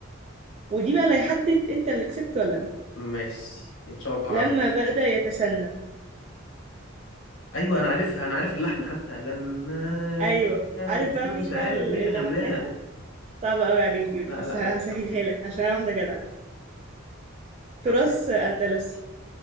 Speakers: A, on the right (about 30°); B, on the left (about 75°).
A: ودي بقى اللي هيحدد انت اللي كسبت ولا انا
B: ماشي ان شاء الله اعرف
A: لما بدأ يتسنى
B: ايوه انا عارفها انا عارف اللحن حتى لما
A: ايوه
B: هذا
A: عارف
B: بس
A: بقى
B: انا
A: مين
B: مش عارف
A: بقى
B: مين اللي
A: اللي
B: غناها
A: غناها صعبة قوي عليك دي
B: لا
A: بس
B: لا
A: هسهلها
B: لا لا افتكر
A: لك عشان انا واحدة جدعة تراث
B: طب صحيح
A: أندلسي